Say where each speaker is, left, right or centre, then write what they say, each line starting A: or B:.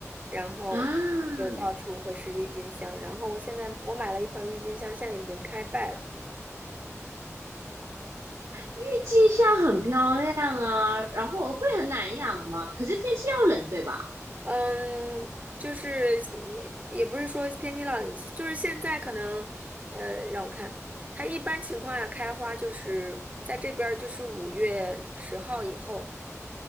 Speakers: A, on the right (about 30°); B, on the right (about 85°).
A: 然后就到处会是郁金香，
B: 啊，
A: 然后我现在我买了一盆郁金香，现在已经开败了，
B: 郁金香很漂亮啊，然后会很难养吗？可是天气要冷，对吧？
A: 嗯，就是你也不是说天气老，就是现在可能，呃，让我看，它一般情况下开花就是在这边儿就是五月十号以后。